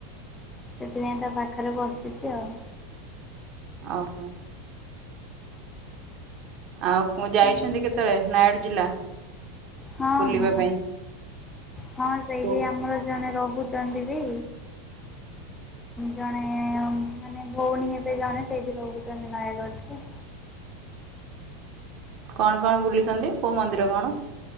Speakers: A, on the left; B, on the right.
A: ସେଥିପାଇଁ ତା ପାଖରେ ବସିଛି ଆଉ।
B: ଓହୋ। ଆଉ ଯାଇଛନ୍ତି
A: ଏମିତି
B: କେତେଳେ ନାୟଗଡ଼ ଜିଲ୍ଲା
A: ହଁ
B: ବୁଲିବା
A: ହଁ।
B: ପାଇଁ।
A: ହଁ ସେଇଠି
B: କୋଉ
A: ଆମର ଜଣେ ରହୁଛନ୍ତି ବି। ଜଣେ ମାନେ ଭଉଣୀ ହେବେ ଜଣେ ସେଇଠି ରହୁଛନ୍ତି ନୟାଗଡ଼ରେ।
B: କଣ କଣ ବୁଲିଛନ୍ତି କୋଉ ମନ୍ଦିର କଣ?